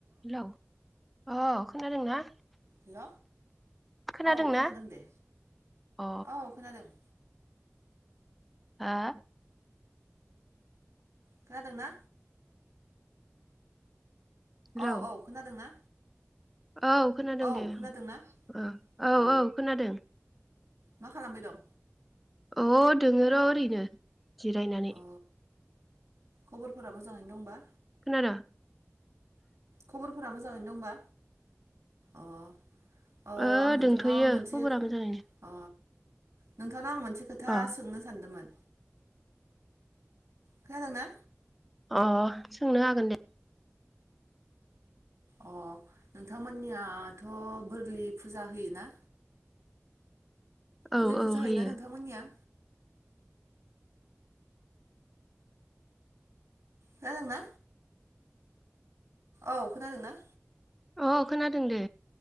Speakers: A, in the centre; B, on the right.
A: हेल' अ खोनादों ना?
B: हेल'
A: खोनादोंना
B: औ खोनादों दे
A: अ
B: औ खोनादोंह
A: हो
B: खोनादोंना
A: हेलौ
B: औ-औ खोनादोंना?
A: औ खोनादों
B: औ
A: दे
B: खोनादोंना
A: ओ औ-औ
B: अ
A: खोनादों।
B: मा खालामबाय दं
A: अ दोङ र' ओरैनो जिरायनानै
B: अ खबरफोरा मोजाङैनो दंबा
A: खोनादो
B: खबरफोरा मोजाङैनो दंबा? अ अ
A: ओ
B: आं नोंथांनाव
A: दंथ'योखौ
B: मोनसे
A: खबरा मोजाङैनो
B: अ नोंथांनाव आं मोन से खोथा
A: अ
B: सोंनो सानदोंमोन। खोनादोंना?
A: अ सोंनो हागोन दे?
B: अ नोंथांमोननियाथ' बोरलि फुजा होय ना?
A: औ
B: बोरलि
A: औ
B: फुजा
A: होयो
B: होयोना नोंथांमोननिया? खोनादोंना? औ खोनादोंना?
A: अ खोनादों दे